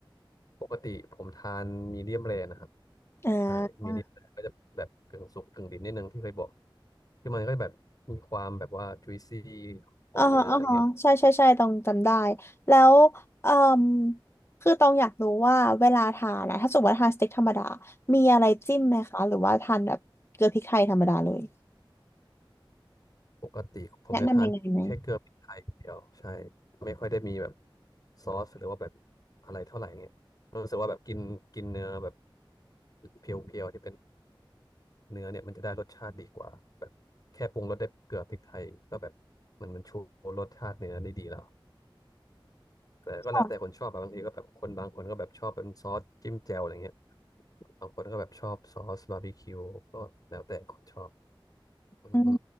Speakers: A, on the left; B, on the left.
A: ปกติผมทานมีเดียมแรนะครับ
B: อ่
A: ใช่มีเดียมแรก็จะแบบกึ่งสุกกึ่งดิบนิดนึงที่เคยบอก
B: า
A: คือมันก็แบบมีความแบบว่า juicy ของเนื้ออะไรเงี้ย
B: อ่าฮะอ่าฮะใช่ใช่ใช่ตองจำได้ แล้วเอ่มคือตองอยากรู้ว่าเวลาทานอะถ้าสมมติว่าทานสเต็กธรรมดา มีอะไรจิ้มไหมคะ หรือว่าทานแบบเกลือพริกไทยธรรมดาเลย
A: ปกติผมจะทานแค่เกลือพริกไทยอย่างเดียวใช่
B: แนะนำยังไงไหม
A: ไม่ค่อยได้มีแบบซอสหรือว่าแบบอะไรเท่าไหร่เงี้ยรู้สึกว่าแบบกินกินเนื้อแบบเพียวๆที่เป็นเนื้อเนี่ยมันจะได้รสชาติดีกว่าแบบแค่ปรุงรสได้วยเกลือพริกไทยก็แบบมันมันชูรสชาติเนื้อได้ดีแล้วแต่ก็แล้วแต่คนชอบอะบางทีก็แบบคนบางคนก็แบบชอบเป็นซอสจิ้มแจ่วอะไรเงี้ย
B: ค่ะ
A: บางคนก็แบบชอบซอสบาร์บีคิวก็แล้วแต่คนชอบอือฮึ
B: อืม